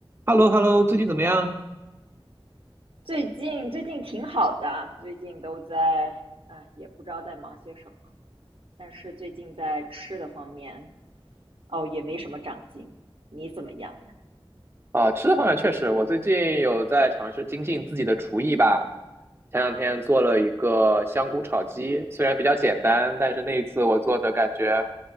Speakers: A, on the right (about 25°); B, on the right (about 70°).
A: h e l l o h e l l o 最近怎么样？
B: 最近最近挺好的，最近都在啊，也不知道在忙些什么，但是最近在吃的方面，哦，也没什么长进。你怎么样呀？
A: 啊，吃的方面确实，我最近有在尝试精进自己的厨艺吧。前两天做了一个香菇炒鸡，虽然比较简单，但是那一次我做的感觉